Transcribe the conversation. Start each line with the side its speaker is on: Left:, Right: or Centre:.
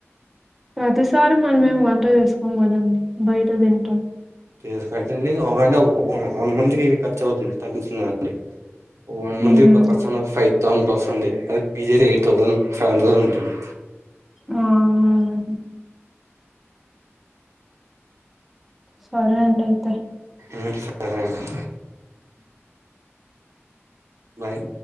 Centre: ప్రతిసారి మనం ఏం వంట చేసుకోం కదండి. బయట తింటం.
Right: కే ఖర్చు అండి ఒక గంట వన్ మంత్ కి ఖర్చు అవుతుంది తగ్గుతున్నది అండి. వన్
Centre: మ్మ్.
Right: మంత్ పర్ పర్సన్ ఫై <inaudible> పస్ంది అది పీజ ఎయిట్ థౌసండ్ సైవెన్ థౌసండ్ ఉంటుంది
Centre: ఆ ఉ సరే అండీ అయితే
Right: ఉ సరే అండి బాయ్